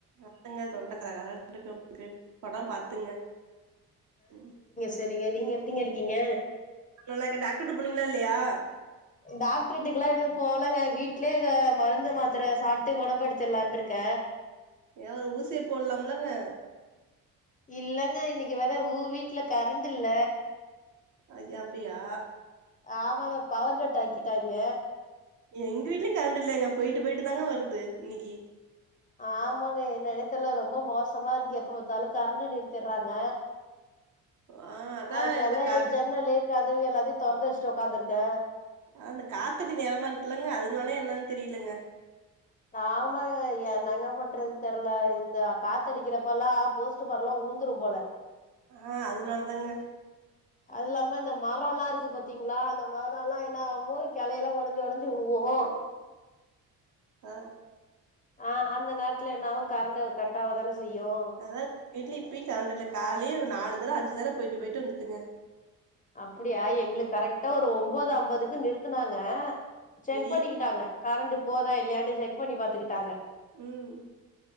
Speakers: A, on the right; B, on the left.
A: அதுங்க தொண்ட கரகரக்கு னு க்கு உடம் பாத்துங்க ம்
B: செரிங்க நீங்க எப்டிங்க இருக்கீங்க
A: நல்லாக்க டாக்டர்ட போனீங்களா இல்லையா
B: டாக்ட்ருடுக்லா இன்னு போலங்க வீட்லேங்க மருந்து மாத்தர சாப்புட்டு கொணப்படுத்திட்லான்டு இருக்க
A: ஏ ஒரு ஊசிய போட்லாம்லங்க
B: இல்லங்க இன்னைக்கு வேற ஊ வீட்ல கரண்டு இல்ல
A: அது அப்டியா
B: ஆமாங்க பவர் கட் ஆக்கிட்டாங்க
A: எங்க வீட்லயு கரண்ட் இல்லைங்க போயிட்டு போயிட்டு தாங்க வருது இன்னைக்கு
B: ஆமாங்க எ நெனத்துல ரொம்ப மோசமா இருக்கு எப்ப பாத்தாலும் கரண்ட நிறுத்தடுறாங்க
A: ஆ அதா
B: அதனால
A: எதோ கா
B: ஜன்னலு கதவு எல்லாத்தையு தொறந்து வச்சுட்டு உக்காந்துருக்கே
A: ஆ இந்த காத்தடி நேமா இருக்குலங்க அதனால என்னன்னு தெரியலங்க
B: ஆமாங்க என்னங்க பண்றது தெர்ல இந்த காத்தடிக்கிறப்பல்லா போஸ்ட் மரல்லா உழுந்துரும் போல
A: ஆ அதனால தாங்க
B: அது இல்லாம இந்த மரோ எல்லா இருக்கு பாத்தீங்களா அந்த மரோ எல்லா என்ன ஆகு கிளை எல்லா உடஞ்சு உடஞ்சு உழுவோ
A: ஆ
B: ஆ அந்த நேரத்துல என்னாவு கரண்டு கட்டாவ தான செய்யு
A: அதா வீட்ல இப்பயு கரன்ட்இல்ல காலையே ஒரு நாலு தடவை அஞ்சு தடவை போயிட்டு போயிட்டு வந்துட்டுங்க
B: அப்டியா எங்களுக்கு கரெக்ட்டா ஒரு ஓம்போது அம்பதுக்கு நிறுத்துனாங்க செக்
A: டி
B: பண்ணிக்கிட்டாங்க கரண்ட் போதா இல்லையன்னு செக் பண்ணி பாத்துக்கிட்டாங்க
A: ம்